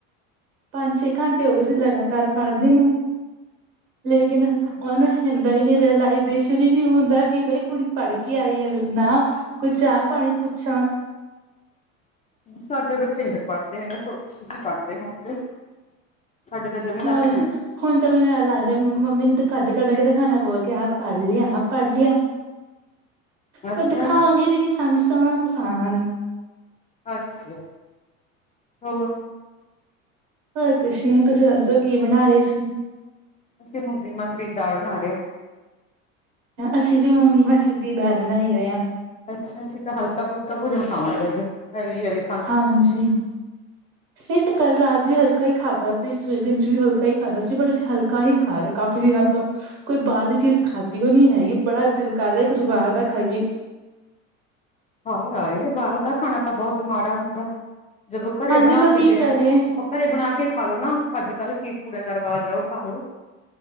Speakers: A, on the right (about 60°); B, on the left (about 20°).
A: ਪੰਜ-ਛੇ ਘੰਟੇ ਹੋਗੇ ਸੀ ਲਗਾਤਾਰ ਪੜ੍ਹਦੀ ਨੂੰ ਲੇਕਿਨ ਓਨਾ ਨੂੰ ਹੁੰਦਾ ਈ ਨੀ ਰਿਲਾਈੇਜੇਸ਼ਨ ਈ ਨੀ ਹੁੰਦਾ ਕੀ ਬਈ ਕੁੜੀ ਪੜ੍ਹ ਕੇ ਆਈ ਐ ਨਾ। ਕੋਈ ਚਾਹ-ਪਾਣੀ ਪੁੱਛਾਂ।
B: ਸਾਡੇ ਬੱਚੇ ਨੀ ਪੜ੍ਹਦੇ ਹੈਗੇ ਸੋ ਤੁਸੀਂ ਪੜ੍ਹਦੇ ਹੋਂਗੇ। ਸਾਡੇ ਤਾਂ ਜਮੀ
A: ਹੋਰ
B: ਲੱਥ ਨੇ।
A: ਹੁਣ ਤਾਂ ਮੈਨੂੰ ਐ ਲੱਗਦਾ, ਮੰਮੀ ਨੂੰ ਕੱਢ-ਕੱਢ ਕੇ ਦਿਖਾਣਾ ਪਊਗਾ ਕਿ ਆ ਪੜ੍ਹ ਲਿਆ ਆ ਪੜ੍ਹ ਲਿਆ।
B: ਅੱਛਾ,
A: ਪਰ ਦਿਖਾਵਾਂਗੇ ਵੀ ਕੀ ਸਮਝ ਤਾਂ ਓਨਾ ਨੂੰ ਕੁੱਛ ਆਣਾ ਨੀ।
B: ਅੱਛਾ। ਹੋਰ
A: ਹੋਰ ਕੁਛ ਨੀ ਤੁਸੀਂ ਦੱਸੋ ਕੀ ਬਣਾ ਰੇ ਸੀ?
B: ਅਸੀਂ ਮੂੰਗੀ-ਮਸਰੀ ਦਾਲ ਬਣਾ ਰਿਆ।
A: ਅਸੀਂ ਵੀ ਮੂੰਗੀ-ਮੱਸਰੀ ਦੀ ਦਾਲ ਬਣਾਈ ਹੋਈ ਆ।
B: ਅੱਛਾ, ਅਸੀਂ ਤਾਂ ਹਲਕਾ- ਫੁਲਕਾ ਭੋਜਨ ਖਾਵਾਂਗੇ ਅਜ ਹੈਵੀ-ਹੈਵੀ
A: ਹਾਂਜੀ। ਨਈ, ਅਸੀਂ ਕੱਲ ਰਾਤ ਵੀ ਹਲਕਾ ਈ ਖਾਦਾ ਸੀ, ਇਸ ਦਿਨ ਚ ਵੀ ਹਲਕਾ ਈ ਖਾਦਾ ਸੀ ਬਟ ਅਸੀਂ ਹਲ ਕਾ ਹੀ ਖਾ ਰੇ ਕਾਫੀ ਦਿਨਾਂ ਤੋਂ। ਕੋਈ ਬਾਰ
B: ਅੱਛਾ
A: ਦੀ ਚੀਜ਼ ਖਾਧੀ ਓ ਨੀ ਹੈਗੀ ਬੜਾ ਦਿਲ ਕਰ ਰਿਆ ਕੁਸ਼ ਬਾਰ ਦਾ ਖਾਈਏ।
B: ਹਾਏ-ਹਾਏ ਬਾਹਰ ਦਾ ਖਾਣਾ ਤਾਂ ਬਹੁਤ ਮਾੜਾ ਹੁੰਦਾ ਜਦੋਂ ਘਰੇ
A: ਹਾਂਜੀ
B: ਬਣਾ
A: ਪਰ
B: ਕੇ
A: ਕੀ
B: ਦੇਣ
A: ਕਰੀਏ
B: ਘਰੇ ਬਣਾ ਕੇ ਖਾ ਲੋ ਨਾ ਅੱਜ-ਕੱਲ੍ਹ ਖੀਰ-ਪੂੜਿਆਂ ਦਾ ਰਿਵਾਜ ਆ, ਉਹ ਖਾ ਲੋੋ।